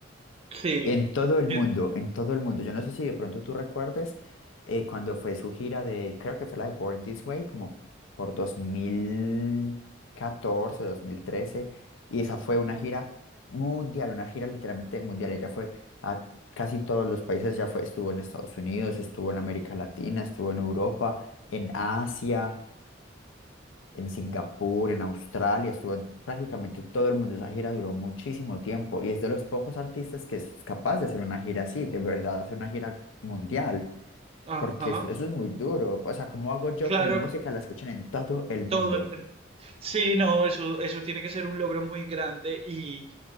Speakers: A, on the right (about 30°); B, on the left (about 85°).
A: Sí,
B: En todo el mundo,
A: Eh,
B: en todo el mundo. Yo no sé si de pronto tú recuerdes eh, cuando fue su gira de, creo que fue la de Born This Way, como por dos dos mil catorce dos mil trece Y esa fue una gira mundial, una gira literalmente mundial. Ella fue a casi todos los países, ya fue, estuvo en Estados Unidos, estuvo en América Latina, estuvo en Europa, en Asia, en Singapur, en Australia, estuvo en prácticamente todo el mundo. Esa gira duró muchísimo tiempo y es de los pocos artistas que es capaz de hacer una gira así, de verdad, hacer una gira mundial,
A: ajá,
B: porque eso, eso es muy duro. O sea, ¿cómo hago yo
A: claro,
B: que mi música la escuchen en todo el mundo?
A: todo el- Sí, no, eso, eso tiene que ser un logro muy grande y